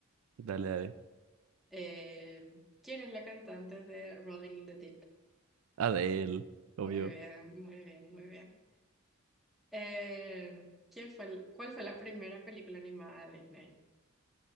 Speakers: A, on the right; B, in the centre.
A: dale, dale.
B: Eh, ¿quién es la cantante de Rolling in the Deep?
A: Adele, obvio.
B: Muy bien, muy bien, muy bien. Eh, ¿quién fue, el- cuál fue la primera película animada de Disney?